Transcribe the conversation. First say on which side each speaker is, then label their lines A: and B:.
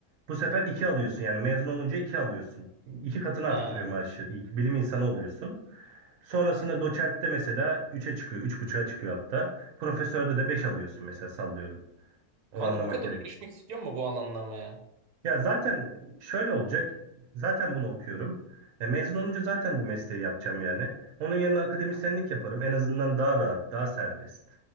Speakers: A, on the right (about 65°); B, on the right (about 80°).
A: bu sefer iki alıyorsun. Yani mezun olunca iki alıyorsun. İki katını
B: Ha.
A: arttırıyor maaşı. İlk bilim insanı oluyorsun. Sonrasında doçentte mesela üçe çıkıyor, 3.5'a çıkıyor hatta. Profesörde de 5 alıyorsun mesela sallıyorum. Oranlamak
B: Kanka bu kadar
A: gerek.
B: uğraşmak istiyor mu bu alanla ama ya?
A: Ya zaten şöyle olacak. Zaten bunu okuyorum. Ya mezun olunca zaten bu mesleği yapacağım yani. Onun yerine akademisyenlik yaparım. En azından daha rahat, daha serbest.